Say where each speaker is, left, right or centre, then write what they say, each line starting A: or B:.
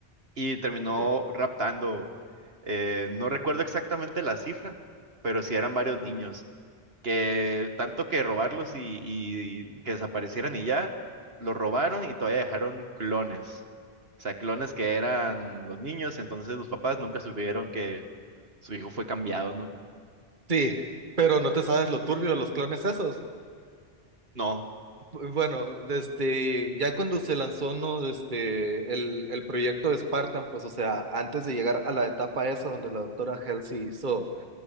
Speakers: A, on the right (about 60°); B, on the right (about 45°).
A: y terminó
B: Sí,
A: raptando, eh, no recuerdo exactamente la cifra, pero sí eran varios niños, que tanto que robarlos y, y que desaparecieran y ya, los robaron y todavía dejaron clones. O sea, clones que eran los niños, entonces los papás nunca supieron que su hijo fue cambiado, ¿no?
B: Sí, pero no te sabes lo turbio de los clones esos.
A: No,
B: Bueno, este, ya cuando se lanzó ¿no? este, el, el proyecto de Spartan, pues, o sea, antes de llegar a la etapa esa donde la doctora Halsey hizo